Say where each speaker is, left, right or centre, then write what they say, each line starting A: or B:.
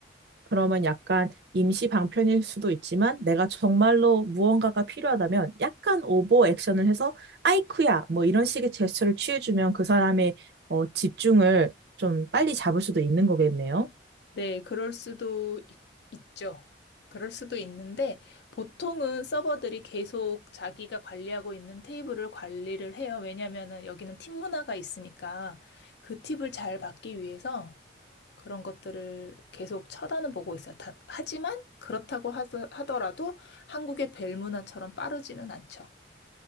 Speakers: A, on the right (about 60°); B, on the left (about 60°).
A: 그러면 약간 임시 방편일 수도 있지만 내가 정말로 무언가가 필요하다면 약간 오버 액션을 해서 아이쿠야 뭐 이런 식의 제스처를 취해주면 그 사람의 어, 집중을 좀 빨리 잡을 수도 있는 거겠네요.
B: 네, 그럴 수도 있, 죠 그럴 수도 있는데 보통은 서버들이 계속 자기가 관리하고 있는 테이블을 관리를 해요. 왜냐면은 여기는 팀 문화가 있으니까 그 팁을 잘 받기 위해서 그런 것들을 계속 쳐다는 보고 있어요. 다- 하지만 그렇다고 하 하더라도 한국의 벨 문화처럼 빠르지는 않죠.